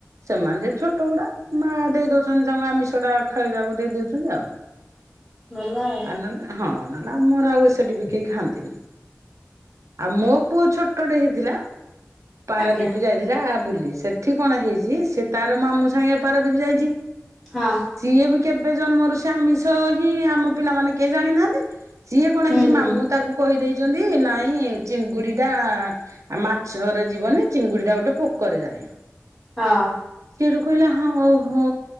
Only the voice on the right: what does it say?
ସେମାନେ ଯେ ଛୋଟ ଗୁଡ଼ା ମାଆ ଦେଇ ଦୋଉଚନ୍ତି ତାଙ୍କୁ ଆମିଷଟା ଖାଇବାକୁ ଦେଇ ଦୋଉଚନ୍ତି ଆଉ।
ଆଲେ ହଁ ନହେଲେ ଆମର ଆଉ ସେଠି ବି କେହି ଖାଆନ୍ତିନି। ଆଉ ମୋ ପୁଅ ଛୋଟଟେ ହେଇଥିଲା। ପାରାଦ୍ୱୀପ
ଯାଇ ଥିଲା ବୁଲି। ସେଠି କଣ ହେଇଜି ସେ ତାର ମାମୁଁ ସାଙ୍ଗେ ପାରାଦୀପ ଯାଇଚି।
ସିଏ ବି କେବେ ଜନ୍ମରୁ ସେ ଆମିଷ ହିଁ ଆମ ପିଲାମାନେ କେହି ଜାଣିନାହାନ୍ତି। ସିଏ କଣ
ହେଇଚି ମାମୁଁ ତାକୁ କହିଦେଇଚନ୍ତି ନାଇଁ ଚିଙ୍ଗୁଡି ଟା ଆଉ ମାଛ ରେ ଯିବନି ଚିଙ୍ଗୁଡି ଟା ଗୋଟେ ପୋକରେ ଯାଏ।
ସେଏଠୁ କହିଲା ହଁ ଓହୋ